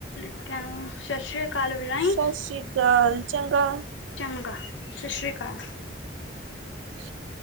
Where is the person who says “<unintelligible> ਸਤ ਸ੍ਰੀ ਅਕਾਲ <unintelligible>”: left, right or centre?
Left